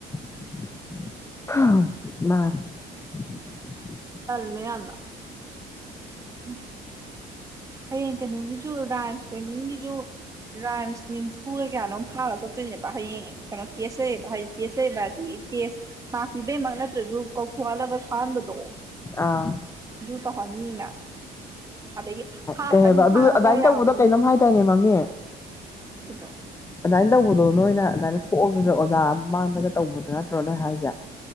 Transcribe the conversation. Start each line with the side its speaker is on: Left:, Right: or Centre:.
Left: <inaudible>
Right: ꯇꯜꯂ ꯌꯥꯝꯅ ꯎ ꯍꯌꯦꯡ ꯀꯩꯅꯣꯒꯤꯁꯨ ꯗꯥꯟꯁ ꯇ꯭ꯔꯦꯅꯤꯡꯒꯤꯁꯨ ꯔꯥꯏꯝꯁ ꯅꯤꯝꯊꯨꯒꯩ ꯀꯌꯥꯅꯣꯝ ꯐꯥꯔꯒ ꯆꯠꯇꯣꯏꯅꯦꯕ ꯍꯌꯦꯡ ꯀꯩꯅꯣ ꯇꯦꯁ ꯂꯩꯌꯦꯕ ꯍꯥꯏꯗꯤ ꯇꯦꯁ ꯂꯩꯕ ꯍꯥꯏꯗꯤ ꯇꯦꯁ ꯁꯥꯄꯤꯕꯩꯃꯛ ꯅꯠꯇ꯭ꯔꯁꯨ ꯀꯧꯊꯣꯛꯍꯗꯕ ꯁꯥꯍꯟꯕꯗꯣ
Left: ꯑꯥ
Right: ꯑꯗꯨ ꯇꯧꯍꯟꯅꯤꯅ ꯑꯗꯒꯤ ꯍꯥꯞꯇꯪ
Left: ꯀꯩ ꯍꯥꯏꯕ ꯑꯗꯨ
Right: ꯐꯥꯔꯒ
Left: ꯑꯗꯨꯗꯥꯥꯏꯅ
Right: ꯌꯥꯕꯗꯨ
Left: ꯇꯧꯕꯗꯣ ꯀꯩꯅꯣꯝ
Right: ꯅꯠꯇꯦ
Left: ꯍꯥꯏꯇꯥꯅꯦ ꯃꯃꯤ
Right: ꯁꯤꯗꯣ
Left: ꯑꯗꯨ ꯇꯧꯕꯗꯣ ꯅꯣꯏꯅ ꯑꯗꯨꯃꯥꯏꯅ ꯊꯣꯛꯑꯒ ꯑꯣꯖꯥ ꯃꯥꯡꯗꯒ ꯇꯧꯕꯗꯣ ꯅꯠꯇ꯭ꯔꯣ ꯅꯣꯏ ꯍꯥꯏꯁꯦ